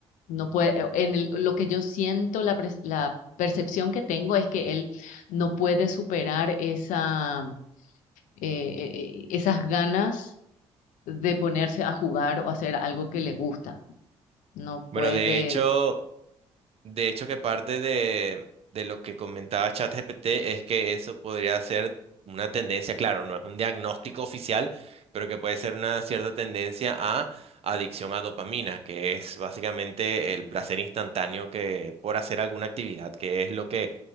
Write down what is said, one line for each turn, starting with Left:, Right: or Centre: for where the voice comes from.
Left: no puede, eh, en el- lo que yo siento, la, pres- la percepción que tengo es que él no puede superar esa, eh, eh, esas ganas de ponerse a jugar o hacer algo que le gusta. No
Right: Bueno,
Left: puede.
Right: de hecho... De hecho, que parte de, de lo que comentaba ChatGPT es que eso podría ser una tendencia, claro, no es un diagnóstico oficial, pero que puede ser una cierta tendencia a adicción a dopamina, que es básicamente el placer instantáneo que por hacer alguna actividad, que es lo que